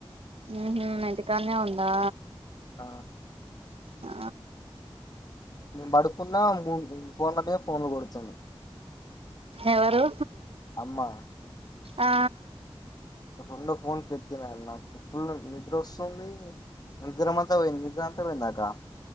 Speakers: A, on the right (about 80°); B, on the left (about 40°).
A: ఉహు ఇంటికడ్నే ఉందా
B: ఆ
A: ఆ
B: నేను పడుకున్న మూ ఫోన్ల మీ ఫోన్లు కొడుతుంది
A: ఎవరు
B: అమ్మ
A: ఆ
B: రెండో ఫోన్ కెత్తిన నాకు ఫుల్ నిద్ర వస్తుంది నిజ్రమాంత పోయింది నిజ్రంత పోయిందగా